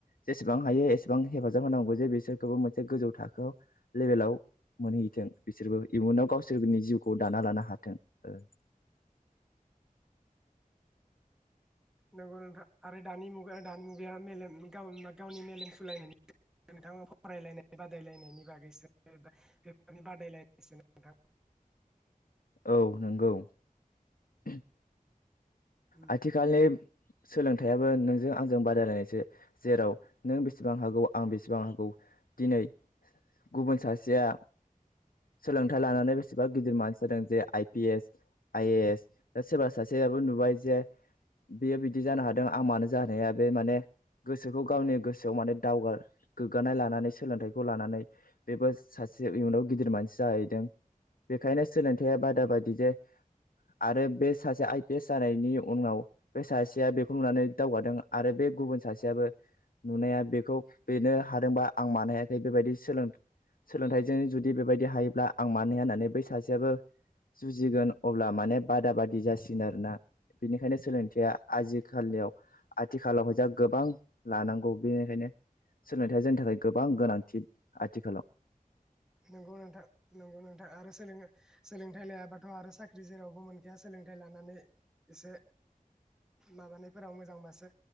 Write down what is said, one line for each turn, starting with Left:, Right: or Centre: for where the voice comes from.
Left: जेसेबां हायो एसेबां हेफाजाब होनांगौ जे बिसोरखौबो मोनसे गोजौ थाखोआव लेभेलाव मोनहैथों बिसोरबो इयुनाव गावसोरनि जिउखौ दाना लानो हाथों ओ
Centre: नंगौ नोंथां आरो दानि मुगा दानि मुगाया मेलेम गावनि मेलेम सुलायनायनि नोंथाङा फरायलायनाय बादायलायनायनि बागैसो बेफोरनि बादायलायनायसो नोंथां
Left: औ नंगौ <inaudible>
Centre: उम
Left: आथिखालनि सोलोंथाइयाबो नोंजों आंजों बादायलायनायसो जेराव नों बेसेबां हागौ आं बेसेबां हागौ दिनै गुबुन सासेया सोलोंथाइ लानानै बेसेबा गिदिर मानसि जादों जे I P S I A S दा सोरबा सासे आबो नु जे बेयो बिदि जानो हादों आं मानो जानाय हाया बे माने गोसोखौ गावनि गोसोआव माने दावगा गोग्गानाय लानानै सोलोंथाइखौ लानानै बेबो सासे इयुनाव गिदिर मानसि जाहैदों बेखायनो सोलोंथाइया बादा बायदि जे आरो बे सासे आइ पि एस जानाय नि उनाव बे सासेया बेखौ नुनानै दावगादों आरो बे गुबुन सासेयाबो नुनाया बेखौ बेनो हादोंबा आं मानो हायाखै बेबायदि सोलों सोलोंथाइजों जुदि बेबायदि हायोब्ला आं मानि हाया होननानै बै सासेयाबो जुजिगोन अब्ला माने बादा बादि जासिगोन आरोना बेनिखायनो सोलोंथाइया आजिखालियाव आथिखालावहाय जा गोबां लानांगौ बेनिखायनो सोलोंथाइया जोंनि थाखाय गोबां गोनांथि आथिखालाव
Centre: नोंगौ नोंथां नोंगौ नोंथां आरो सोलों सोलोंथाइ लायाबाथ' आरो साख्रि जेरावबो मोनखाया सोलोंथाइ लानानै एसे माबानायफोराव मोजांबासो